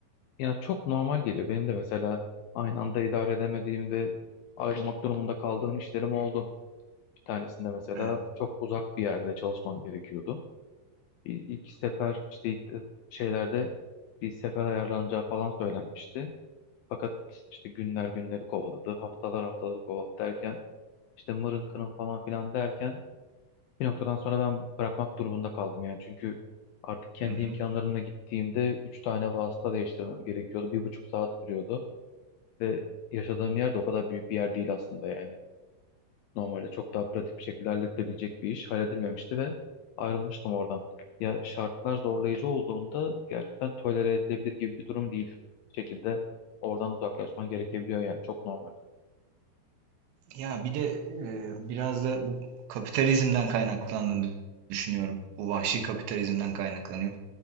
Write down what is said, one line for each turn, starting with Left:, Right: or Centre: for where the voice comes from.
Left: Ya çok normal geliyor. Benim de mesela aynı anda idare edemediğim ve ayrılmak durumunda kaldığım işlerim oldu. Bir tanesinde mesela
Right: Evet.
Left: çok uzak bir yerde çalışmam gerekiyordu. İl- İlk sefer işte ilk de- şeylerde bir sefer ayarlanacağı falan söylenmişti. Fakat işte günler günleri kovaladı, haftalar haftaları kovaladı derken işte mırın kırın falan filan derken bir noktadan sonra ben bırakmak durumunda kaldım yani. Çünkü artık kendi
Right: Hı hı.
Left: imkanlarımla gittiğimde 3 tane vasıta değiştirmem gerekiyordu. Bir buçuk saat sürüyordu ve yaşadığım yer de o kadar büyük bir yer değil aslında yani. Normalde çok daha pratik bir şekilde halledilebilecek bir iş halledilmemişti ve ayrılmıştım oradan. Ya şartlar zorlayıcı olduğunda gerçekten tolere edilebilir gibi bir durum değil. Bir şekilde oradan uzaklaşman gerekebiliyor yani çok normal.
Right: Ya bir de e, biraz da bu kapitalizmden kaynaklandığını düşünüyorum. Bu vahşi kapitalizmden kaynaklanıyor.